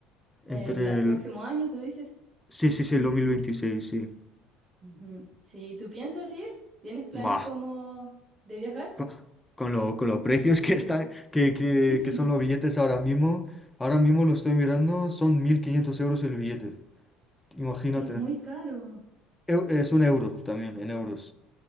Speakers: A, in the centre; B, on the right.
A: Entre
B: El a-
A: el...
B: próximo año, tú dices.
A: Sí, sí, sí, el 2026, sí.
B: Ujú. Si tú piensas ir, ¿tienes planes
A: Bah,
B: como de viajar?
A: co- con, lo, con los precios que, están, que, que,
B: <laughs>
A: que son los billetes ahora mismo, ahora mismo lo estoy mirando, son 1.500 euros el billete. Imagínate.
B: Es muy caro.
A: Eu- Es un euro también, en euros.